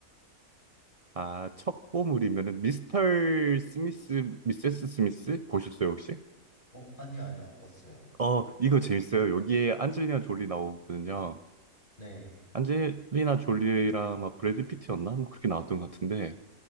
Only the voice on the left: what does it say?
어, 아니요, 아니요, 안 봤어요.
네,